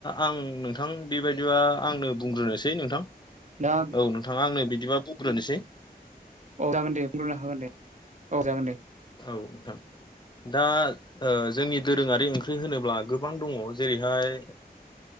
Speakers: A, on the left; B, on the right.
A: आं नोंथां बेबायदिबा आंनो बुंग्रोनोसै नोंथां
B: दा
A: औ नोंथां आंनो बिदिबा बुंग्रोनोसै
B: औ जागोन दे बुंग्रोनो हागोन दे औ जागोन दे
A: औ नोंथां दा जोंनि दोरोङारि ओंख्रि होनोब्ला गोबां दंङो जेरैहाय